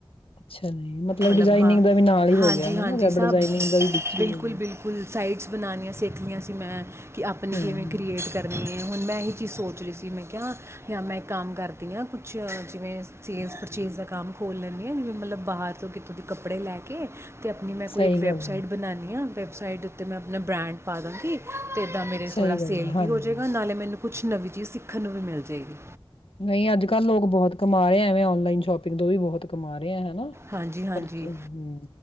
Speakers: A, on the left; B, on the right.
A: ਅੱਛਾ ਜੀ,
B: ਮਤਲਬ
A: ਡਿਜ਼ਾਇਨਿੰਗ
B: ਹਾਂ
A: ਦਾ ਵੀ ਨਾਲ ਹੀ ਹੋ
B: ਹਾਂਜੀ
A: ਗਿਆ
B: ਹਾਂਜੀ
A: ਹਨਾ ਵੈਬ
B: ਸਭ
A: ਡਿਜ਼ਾਇਨਿੰਗ ਦਾ ਵੀ ਵਿੱਚ ਹੀ
B: ਬਿਲਕੁਲ
A: ਹੈ ਗਿਆ
B: ਬਿਲਕੁਲ ਸਾਈਟਸ ਬਣਾਉਣੀਆਂ ਸਿੱਖਦੀੀਆਂ ਸੀ ਮੈਂ ਕਿ ਆਪਣੀ
A: ਹੂੰ,
B: ਕਿਵੇ ਕ੍ਰੀਏਟ ਕਰਨੀ ਐ। ਹੁਣ ਮੈਂ ਇਹੀ ਚੀਜ਼ ਸੋਚ ਰਹੀ ਸੀ ਮੈਂ ਕਿਹਾ ਜਾਂ ਮੈਂ ਕੰਮ ਕਰਦੀ ਹਾਂ ਕੁਛ ਜਿਵੇਂ ਸੇਲ ਪਰਚੇਜ਼ ਦਾ ਕੰਮ ਖੋਲ੍ਹ ਲੈਂਦੀ ਹਾਂ ਜਿਵੇਂ ਮਤਲਬ ਬਾਹਰ ਤੋਂ ਕਿੱਥੋਂ ਦੇ ਕੱਪੜੇ ਲੈ ਕੇ ਕੇ। ਅਤੇ ਆਪਣੀ ਮੈਂ ਕੋਈ
A: ਸਹੀ
B: ਇੱਕ ਵੈੱਬਸਾਈਟ
A: ਗੱਲ ਹੈ,
B: ਬਣਾਂਣੀ ਹਾਂ। ਵੈਬਸਾਈਟ ਉੱਤੇ ਮੈਂ ਆਪਣਾ ਬ੍ਰਾਂਡ ਪਾਂਦਗੀ। ਤੇ ਇਦਾਂ ਮੇਰੇ
A: ਸਹੀ
B: ਥੋੜ੍ਹਾ
A: ਗੱਲ
B: ਸੇਲ
A: ਹੈ, ਹਾਂਜੀ।
B: ਵੀ ਹੋਜੇ‍ਗਾ ਨਾਲੇ ਮੈਨੂੰ ਕੁਛ ਕੁਛ ਨਵੀਂ ਚੀਜ਼ ਸਿੱਖਣ ਨੂੰ ਵੀ ਮਿਲ ਜੇਗੀ।
A: ਨਹੀਂ, ਅੱਜ ਕੱਲ੍ਹ ਲੋਕ ਬਹੁਤ ਕਮਾ ਰਹੇ ਐਵੇਂ ਔਨਲਾਈਨ ਸ਼ੋਪਿੰਗ ਤੋਂ ਵੀ ਬਹੁਤ ਕਮਾ ਰਹੇ। ਆ ਹਨਾ।
B: ਹਾਂਜੀ ਹਾਂਜੀ,
A: ਪਰ ਹਮ